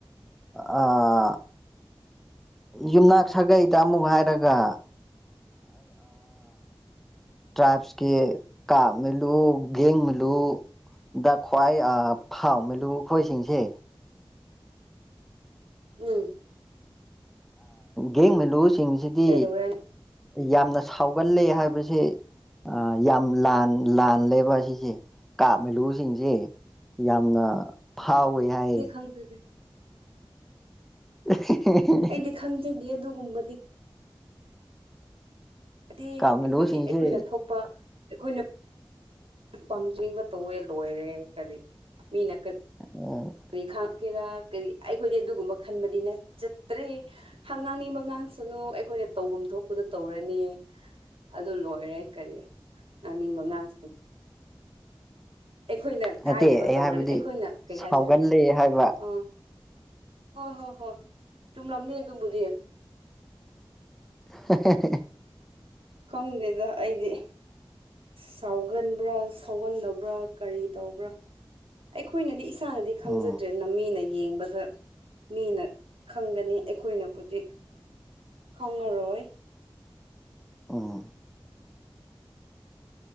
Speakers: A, in the centre; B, on the right (about 85°).
A: ꯑ ꯌꯨꯝꯅꯥꯛ ꯁꯥꯒꯩꯗ ꯑꯃꯨꯛ ꯍꯥꯏꯔꯒ ꯇ꯭ꯔꯥꯏꯞꯁꯀꯤ ꯀꯥꯞ ꯃꯜꯂꯨ ꯒꯦꯡ ꯃꯦꯂꯨ ꯗ ꯈ꯭ꯋꯥꯏ ꯐꯥꯎ ꯃꯦꯂꯨꯈꯣꯏꯁꯤꯡꯁꯦ
B: ꯎꯝ
A: ꯒꯦꯡꯃꯤꯂꯨꯁꯤꯡꯁꯤꯗꯤ
B: ꯀꯩꯗꯧꯋꯦ
A: ꯌꯥꯝꯅ ꯁꯥꯎꯒꯜꯂꯦ ꯍꯥꯏꯕꯁꯦ ꯑ ꯌꯥꯝ ꯂꯥꯟ ꯂꯥꯟ ꯂꯩꯕ ꯑꯁꯤꯁꯦ ꯀꯥꯞꯃꯤꯂꯨꯁꯤꯡꯁꯦ ꯌꯥꯝꯅ ꯐꯥꯎꯋꯦ ꯍꯥꯏ
B: <unintelligible>
A: <unintelligible>
B: ꯑꯩꯗꯤ ꯈꯪꯖꯗꯦ ꯑꯗꯨꯒꯨꯝꯕꯗꯤ ꯑꯩꯈꯣꯏꯗꯤ
A: ꯀꯥꯃꯤꯂꯨꯁꯤꯡꯁꯦ
B: ꯑꯩꯈꯣꯏꯅ ꯊꯣꯛꯄ ꯑꯩꯈꯣꯏꯅ ꯄꯥꯝꯖꯅꯤꯡꯕ ꯇꯧꯋꯦ ꯂꯣꯏꯔꯦ ꯀꯔꯤ ꯃꯤꯅ ꯀꯔꯤ
A: ꯑꯣ
B: ꯀꯔꯤ ꯈꯥꯡ ꯀꯦꯔꯥ ꯀꯔꯤ ꯑꯩꯈꯣꯏꯗꯤ ꯑꯗꯨꯒꯨꯝꯕ ꯈꯟꯕꯗꯤ ꯅꯆꯠꯇ꯭ꯔꯦ ꯍꯪ ꯉꯥꯡꯅꯤꯡꯕ ꯉꯥꯡꯁꯅꯨ ꯑꯩꯈꯣꯏꯅ ꯇꯧꯐꯝ ꯊꯣꯛꯄꯗ ꯇꯧꯔꯅꯤ ꯑꯗꯨ ꯂꯣꯏꯔꯦ ꯀꯔꯤ ꯉꯥꯡꯅꯤꯡꯕ ꯉꯥꯡ ꯑꯩꯈꯣꯏꯅ
A: ꯅꯠꯇꯦ
B: ꯀꯥꯏꯗꯕ
A: ꯑꯩ
B: ꯇꯧꯔꯗꯤ
A: ꯍꯥꯏꯕꯗꯤ
B: ꯑꯩꯈꯣꯏꯅ ꯀꯩ
A: ꯁꯥꯎꯒꯜꯂꯦ
B: ꯍꯥꯏꯁꯤꯔꯥ
A: ꯍꯥꯏꯕ
B: ꯑꯥ ꯍꯣꯏ ꯍꯣꯏ ꯍꯣꯏ ꯆꯨꯝꯂꯝꯅꯤ ꯑꯗꯨꯕꯨꯗꯤ ꯍ
A: ꯍꯦ ꯍꯦ
B: ꯈꯪꯗꯦꯗ ꯑꯩꯗꯤ ꯁꯥꯎꯒꯟꯕ꯭ꯔꯥ ꯁꯥꯎꯒꯟꯗꯕ꯭ꯔꯥ ꯀꯔꯤ ꯇꯧꯕ꯭ꯔꯥ ꯑꯩꯈꯣꯏꯅꯗꯤ ꯏꯁꯥꯅꯗꯤ ꯈꯪꯖꯗ꯭ꯔꯦꯅ
A: ꯎꯝ
B: ꯃꯤꯅ꯫ ꯌꯦꯡꯕꯗ ꯃꯤꯅ ꯈꯪꯒꯅꯤ ꯑꯩꯈꯣꯏꯅꯕꯨꯗꯤ꯫ ꯈꯪꯉꯔꯣꯏ꯫
A: ꯑꯣꯥ꯫